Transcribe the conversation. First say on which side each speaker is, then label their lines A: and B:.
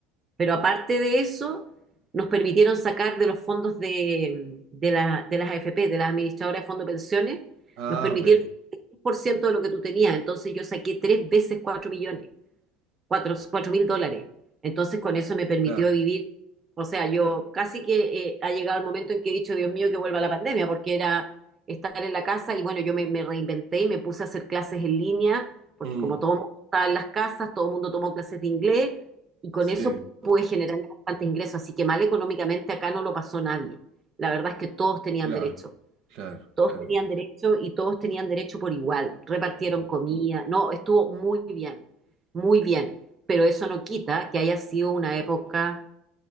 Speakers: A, on the right (about 25°); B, on the right (about 70°).
A: Pero aparte de eso, nos permitieron sacar de los fondos de, de la- de las AFP, de las administradoras de fondos de pensiones,
B: Ah,
A: nos permitieron
B: ok,
A: el 10% de lo que tú tenías. Entonces yo saqué tres veces cuatro millones cuatro, cuatro mil dólares. Entonces con eso me permitió
B: claro.
A: vivir, o sea, yo casi que eh, ha llegado el momento en que he dicho, Dios mío, que vuelva la pandemia, porque era estar en la casa y bueno, yo me, me reinventé y me puse a hacer clases en línea, porque
B: Mm,
A: como todo el mundo estaba en las casas, todo el mundo tomó clases de inglés y con
B: sí,
A: eso pude generar bastantes ingresos, así que mal económicamente acá no lo pasó nadie. La verdad es que todos tenían
B: claro,
A: derecho.
B: claro,
A: Todos
B: claro.
A: tenían derecho y todos tenían derecho por igual. Repartieron
B: Mm,
A: comida. No, estuvo muy bien, muy bien. Pero eso no quita que haya sido una época